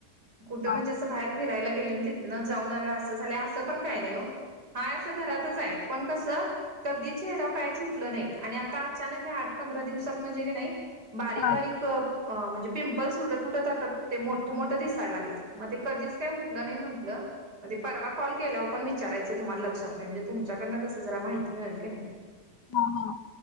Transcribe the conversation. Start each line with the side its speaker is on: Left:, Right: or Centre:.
Right: कुठं
Left: हा
Right: म्हणजे अस बाहेर- फिरायला गेले, तिथनं जाऊन आलय असं झाल्या, असं पण काय नाही हो. हाय असं घरातच हाय, पण कसं? - कधी चेहराव काहीच उठलं नाही आणि आता अचानक हे आठ पंधरा दिवसात म्हणजे की नाही- बारीक-बारीक-
Left: हा हा
Right: अ म्हणजे, पिंपल्स उठत उठत आता ते मोठं मोठं दिसायला लागल्यात, मग ते कधीच काय उठलं नाही म्हटलं. - म परवा कॉल केलावर पण विचारायचं तुम्हाला लक्षात नाही, म्हणजे तुमच्याकडनं कसं जरा माहिती मिळेल की नाही.
Left: हा, हा,